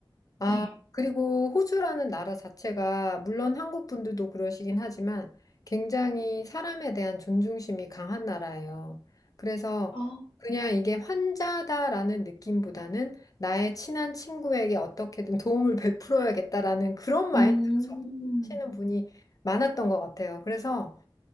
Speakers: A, on the left; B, on the left.
A: 아,
B: 네.
A: 그리고 호주라는 나라 자체가 물론 한국 분들도 그러시긴 하지만 굉장히 사람에 대한 존중심이 강한 나라예요. 그래서
B: 아,
A: 그냥 이게 환자다라는 느낌보다는 나의 친한 친구에게 어떻게든 도움을 <laughs> 베풀어야겠다라는 그런 마인드로
B: 음,
A: 접하시는 분이 많았던 것 같아요. 그래서